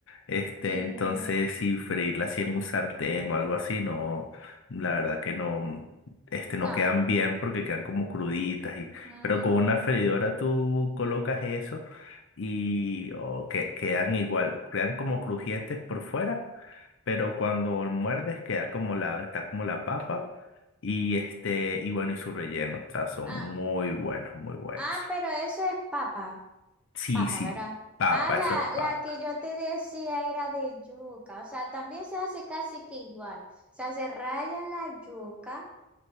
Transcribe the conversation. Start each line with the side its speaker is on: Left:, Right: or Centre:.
Left: este,
Centre: sí.
Left: entonces, si freírla así en un sartén o algo así, no, la verdad que no, este, no
Centre: No.
Left: quedan bien porque quedan como cruditas y,
Centre: ujú.
Left: pero con una freidora tú colocas eso y o que, quedan igual, quedan como crujientes por fuera, pero cuando muerdes queda como la, está como la papa y este, y bueno, y su relleno, o sea, son
Centre: Ah,
Left: muy buenas, muy buenas.
Centre: ah, pero eso es papa.
Left: Sí,
Centre: Papa,
Left: sí,
Centre: ¿verdad?
Left: papa,
Centre: Ah, la,
Left: eso es papa.
Centre: la que yo te decía era de yuca, o sea, también se hace casi que igual, o sea, se raya la yuca,